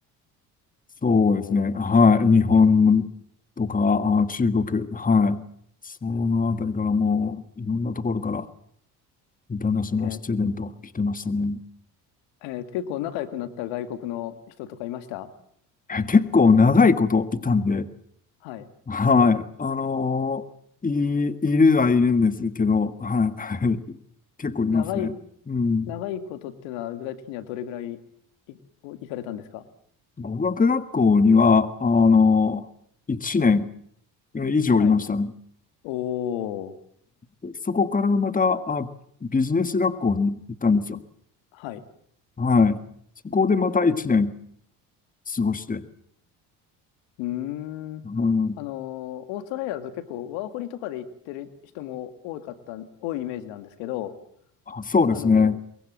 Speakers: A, on the left; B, on the left.
A: そうですね。
B: お、
A: はい。日本とか、あ、中国、はい。そのあたりからもう、いろんなところから、インターナショナルスチューデント来てましたね。
B: えーえー結構仲良くなった外国の人とかいました
A: え結構長いこといたんで、
B: はい。
A: はい。あのーい、いるはいるんですけど、はい。<laughs> はい。結構いますね。
B: 長い、
A: うん。
B: 長いことっていうのは具体的にはどれぐらいい、お行かれたんですか
A: 語学学校には、あのー、1年以上いましたね。
B: はい。おー。
A: うんそこからまた、あ、ビジネス学校に行ったんですよ。
B: はい。
A: はい。そこでまた1年過ごして。
B: うーん。
A: うん、
B: あのオーストラリアだと結構ワーホリとかで行ってる人も多かった、多いイメージなんですけど、
A: あ、そうですね。
B: あの